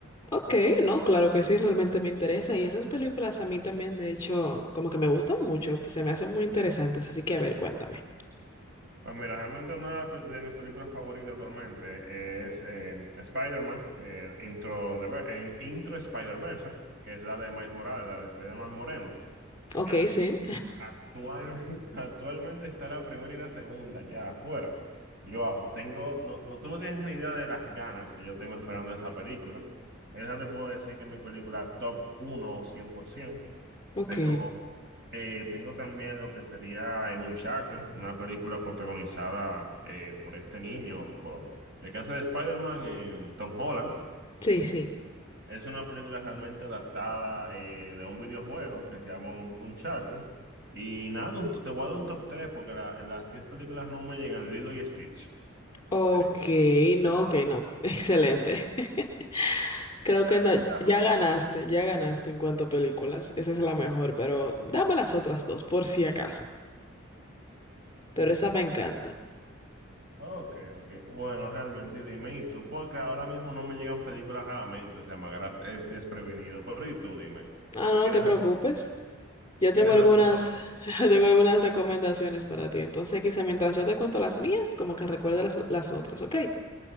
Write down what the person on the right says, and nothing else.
Pues mira, realmente una de la- de mis películas favoritas actualmente es eh, Spider-Man, eh, Intro, the Ver- eh, Intro Spider-Verse, que es la de Miles Morales, la de Spider-Man Moreno.
Eh,
actual, <laughs> actualmente está la primera y la segunda ya afuera. Y wow, tengo, no, no, tú no tienes ni idea de las ganas que yo tengo esperando esa película. Esa te puedo decir que es mi película top uno cien por 100%.
Tengo, eh, tengo también lo que sería un charter una película protagonizada eh, por este niño, por el que hace de Spider-Man, eh, Tom Holland.
Es una película realmente adaptada eh, de un videojuego que se llama Un- Uncharted. Y nada, un- te voy a dar un top 3 porque la- las 10 películas no me llegan, Lilo y Stitch.
tres
tremenda
joya.
Ok, ok. Bueno, realmente dime, ¿y tú? Porque ahora mismo no me llegan películas a la mente, o sea, me agarra eh, desprevenido. Pero ¿y tú? Dime,
¿tienes,
al-
¿tienes
algún top?